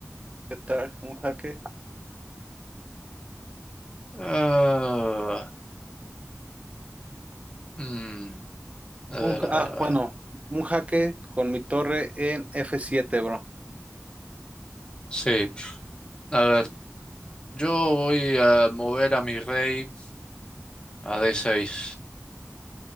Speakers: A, on the right; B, on the left.
A: ¿Qué tal? Un jaque.
B: Ah, mm, a
A: Un-
B: ver,
A: ja,
B: a ver,
A: ah,
B: a
A: bueno,
B: ver.
A: un jaque con mi torre en F7, bro.
B: Sí, a ver, yo voy a mover a mi rey a D6.